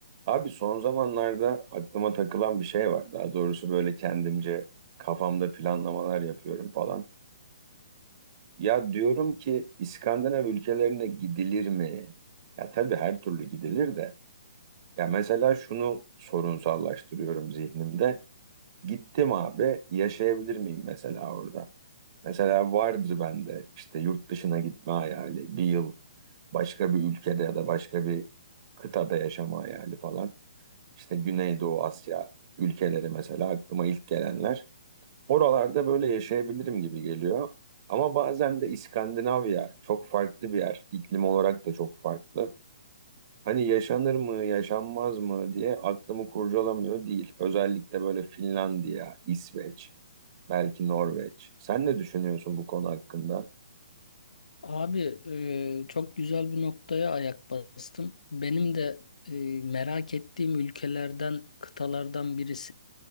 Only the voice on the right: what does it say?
Abi son zamanlarda aklıma takılan bir şey var. Daha doğrusu böyle kendimce kafamda planlamalar yapıyorum falan. Ya diyorum ki İskandinav ülkelerine gidilir mi? Ya tabii her türlü gidilir de. Ya mesela şunu sorunsallaştırıyorum zihnimde. Gittim abi yaşayabilir miyim mesela orada? Mesela vardır bende işte yurt dışına gitme hayali, bir yıl başka bir ülkede ya da başka bir kıtada yaşama hayali falan işte Güneydoğu Asya ülkeleri mesela aklıma ilk gelenler. Oralarda böyle yaşayabilirim gibi geliyor. Ama bazen de İskandinavya çok farklı bir yer. İklim olarak da çok farklı. Hani yaşanır mı, yaşanmaz mı diye aklımı kurcalamıyor değil. Özellikle böyle Finlandiya, İsveç, belki Norveç. Sen ne düşünüyorsun bu konu hakkında?